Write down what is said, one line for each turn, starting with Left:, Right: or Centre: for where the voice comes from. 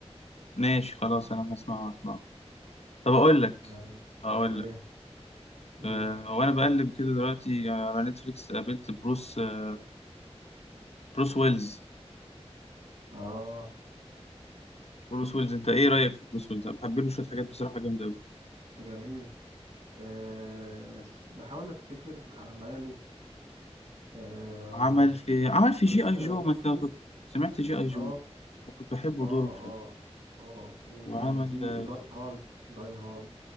Left: ماشي خلاص انا هسمعه هسمعه طب اقول لك
Right: تمام
Left: اقول
Right: إيه
Left: لك
Right: إيه
Left: آه، وانا بقلب كده دلوقتي على نتفليكس قابلت بروس آه، بروس ويلز
Right: آه
Left: بروس ويلز انت ايه رايك في بروس ويلز انا بحب له شويه حاجات بصراحه جامده قوي
Right: جميل آه س- بحاول أفتكر أعماله آه
Left: عمل في عمل في
Right: بروس
Left: جي اي جو
Right: بروس
Left: ما انت
Right: ويلز
Left: كنت سمعت جي اي جو
Right: اه
Left: أنا كنت بحبه
Right: اه اه
Left: دوره
Right: اه وكان
Left: وعمل
Right: في
Left: اه
Right: داي هارد داي هارد